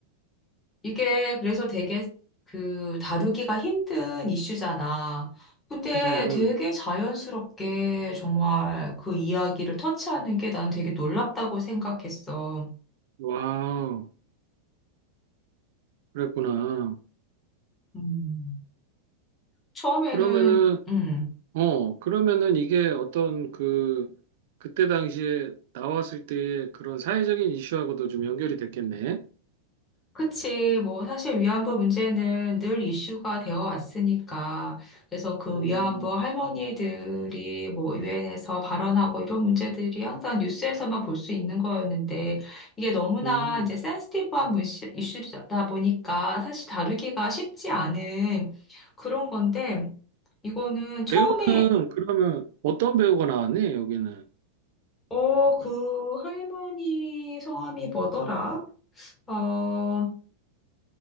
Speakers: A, on the left; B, on the right.
A: 이게 그래서 되게 그 다루기가 힘든 이슈잖아. 근데
B: 음, 음.
A: 되게 자연스럽게 정말 그 이야기를 터치하는 게 난 되게 놀랍다고 생각했어.
B: 와우, 그랬구나.
A: 음. 처음에는
B: 그러면은
A: 음.
B: 어, 그러면은 이게 어떤 그, 그때 당시에 나왔을 때의 그런 사회적인 이슈하고도 좀 연결이 됐겠네.
A: 그치. 뭐, 사실 위안부 문제는 늘 이슈가 되어 왔으니까. 그래서 그
B: 음,
A: 위안부 할머니들이 뭐, 유엔에서 발언하고 이런 문제들이 항상 뉴스에서만 볼 수 있는 거였는데, 이게 너무나
B: 음.
A: 이제 센시티브한 문시, 이슈다 보니까 사실 다루기가 쉽지 않은 그런 건데, 이거는 처음에,
B: 배우는 그러면 어떤 배우가 나왔니, 여기는?
A: 어, 그 할머니 성함이 뭐더라? 어, 어,